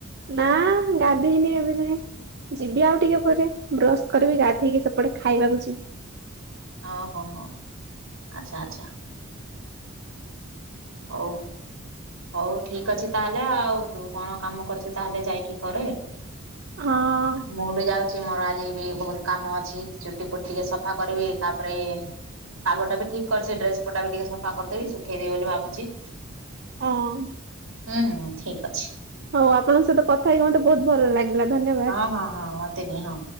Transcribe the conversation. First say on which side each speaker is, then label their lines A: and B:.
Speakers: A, on the right (about 55°); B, on the right (about 90°).
A: ନା ଗାଧେଇନି ଏବେ ଯାଏ। ଯିବି ଆଉ ଟିକେ ପରେ, ବ୍ରଶ କରିବି ଗାଧେଇକି ସେପଟେ ଖାଇବାକୁ ଯିବି।
B: ଓ ହୋ ହୋ ଆଚ୍ଛା ଆଚ୍ଛା। ହଉ। ହଉ ଠିକ ଅଛି ତାହେଲେ, ଆଉ ତୁ କଣ କାମ କରୁଛୁ ତାହେଲେ ଯାଇକି କରେ।
A: ହଁ
B: ମୁଁ ବି ଯାଉଛି। ମୋର ଆ ଜି ବି ବହୁତ କାମ ଅଛି। ଚୁଟି ଫୁଟି ଟିକେ ସଫା କରିବି, ତାପରେ ପାଗଟା ବି ଠିକ କରିଛି, ଡ୍ରେସ ପଟା ବି ଟିକେ ସଫା କରିଦେବି ଶୁଖେଇବି ବୋଲି ଭାବୁଛି।
A: ହଁ।
B: ହୁଁ, ଠିକ ଅଛି।
A: ହଉ ଆପଣଙ୍କ ସହିତ କଥା ହେଇକି ମୋତେ ବହୁତ ଭଲ ଲାଗିଲା ଧନ୍ୟବାଦ।
B: ହଁ ହଁ ହଁ ମତେ ବି ହଁ